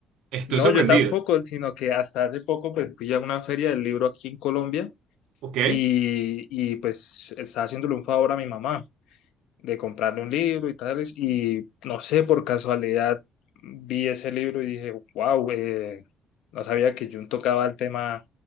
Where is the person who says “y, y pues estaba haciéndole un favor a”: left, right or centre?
Left